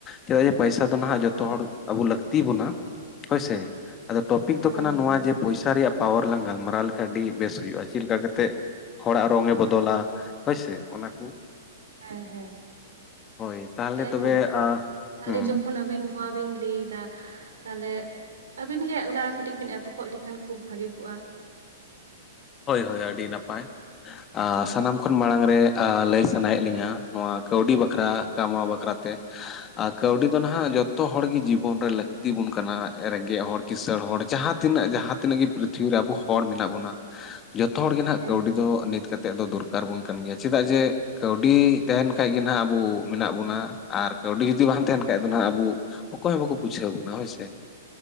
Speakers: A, on the left; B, on the right.
A: ᱪᱮᱫᱟᱜ ᱡᱮ ᱯᱚᱭᱥᱟ ᱛᱚ ᱱᱟᱜ ᱦᱟᱸᱜ ᱡᱚᱛᱚ
B: ᱦᱮᱸ
A: ᱦᱚᱲ ᱟᱵᱚ ᱞᱟᱹᱠᱛᱤ ᱵᱚᱱᱟ ᱦᱳᱭᱥᱮ ᱟᱫᱚ ᱴᱚᱯᱤᱠ ᱫᱚ
B: ᱦᱮᱸ
A: ᱠᱟᱱᱟ ᱱᱚᱶᱟ
B: ᱦᱮᱸ
A: ᱡᱮ ᱯᱚᱭᱥᱟ ᱨᱮᱭᱟᱜ ᱯᱟᱣᱟᱨ ᱞᱟᱝ ᱜᱟᱞᱢᱟᱨᱟᱣ ᱞᱮᱠᱷᱟᱱ ᱟᱹᱰᱤ ᱵᱮᱥ ᱦᱩᱭᱩᱜᱼᱟ ᱪᱮᱫ ᱞᱮᱠᱟ ᱠᱟᱛᱮᱫ ᱦᱚᱲᱟᱜ ᱨᱚᱝ ᱮ ᱵᱚᱫᱚᱞᱟ? ᱦᱳᱭᱥᱮ ᱚᱱᱟ ᱠᱚ᱾
B: ᱦᱮᱸ ᱦᱮᱸ
A: ᱦᱳᱭ ᱛᱟᱦᱚᱞᱮ
B: ᱮᱫᱚᱢ
A: ᱛᱚᱵᱮ
B: ᱛᱟᱦᱚᱞᱮ
A: ᱦᱩᱸ
B: ᱡᱚᱠᱷᱚᱱ ᱟᱹᱵᱤᱱ ᱱᱚᱶᱟ ᱵᱤᱱ ᱞᱟᱹᱭ ᱮᱫᱟ ᱛᱟᱦᱚᱞᱮ ᱟᱹᱵᱤᱱ ᱜᱮ ᱚᱱᱟ ᱠᱟᱹᱴᱤᱡ ᱵᱤᱱ ᱮᱛᱚᱦᱚᱵ ᱞᱮᱠᱷᱟᱱ ᱠᱷᱩᱵ ᱵᱷᱟᱹᱜᱤ ᱠᱚᱜᱼᱟ᱾
A: ᱦᱳᱭ ᱦᱳᱭ ᱟᱹᱰᱤ ᱱᱟᱯᱟᱭ ᱟᱸ
B: ᱦᱩᱸ
A: ᱥᱟᱱᱟᱢ ᱠᱷᱚᱱ ᱢᱟᱲᱟᱝ ᱨᱮ ᱞᱟᱹᱭ ᱥᱟᱱᱟᱭᱮᱫ ᱞᱤᱧᱟᱹ ᱱᱚᱶᱟ ᱠᱟᱹᱣᱰᱤ ᱵᱟᱠᱷᱨᱟ ᱠᱟᱢᱟᱣ ᱵᱟᱠᱷᱨᱟᱛᱮ᱾ ᱟᱨ ᱠᱟᱹᱣᱰᱤ ᱫᱚ ᱱᱟᱦᱟᱜ
B: ᱦᱩᱸ
A: ᱡᱚᱛᱚ ᱡᱚᱛᱚ ᱦᱚᱲ ᱜᱮ ᱡᱤᱵᱚᱱ ᱨᱮ ᱞᱟᱹᱠᱛᱤ ᱵᱚᱱ ᱠᱟᱱᱟ ᱨᱮᱸᱜᱮᱡ ᱦᱚᱲ ᱠᱤᱥᱟᱹᱲ ᱦᱚᱲ ᱡᱟᱦᱟᱸ ᱛᱤᱱᱟᱹᱜ ᱡᱟᱦᱟᱸ ᱛᱤᱱᱟᱹᱜ ᱜᱮ ᱯᱨᱤᱛᱷᱤᱵᱤ ᱨᱮ ᱟᱵᱚ ᱦᱚᱲ ᱢᱮᱱᱟᱜ ᱵᱚᱱᱟ ᱡᱚᱛᱚ ᱦᱚᱲ ᱜᱮ ᱱᱟᱱᱟᱜ
B: ᱦᱮᱸ
A: ᱠᱟᱹᱣᱰᱤ
B: ᱦᱮᱸ
A: ᱫᱚ ᱱᱤᱛ ᱠᱟᱛᱮᱫ ᱫᱚ ᱫᱚᱨᱠᱟᱨᱵᱚᱱ ᱠᱟᱱ ᱜᱮᱭᱟ ᱪᱮᱫᱟᱜ ᱡᱮ ᱠᱟᱹᱣᱰᱤ ᱛᱟᱦᱮᱱ ᱠᱷᱟᱡ ᱜᱮ ᱱᱟᱦᱟᱸᱜ ᱟᱵᱚ ᱢᱮᱱᱟᱜ ᱵᱚᱱᱟ ᱟᱨ ᱠᱟᱹᱣᱰᱤ ᱡᱩᱫᱤ ᱵᱟᱝ ᱛᱟᱦᱮᱱ ᱠᱷᱟᱡ ᱫᱚ ᱦᱟᱸᱜ ᱟᱵᱚ ᱚᱠᱚᱭ ᱦᱚᱸ ᱵᱟᱠᱚ ᱵᱩᱡᱷᱟᱹᱣ ᱵᱚᱱᱟ ᱦᱳᱭ ᱥᱮ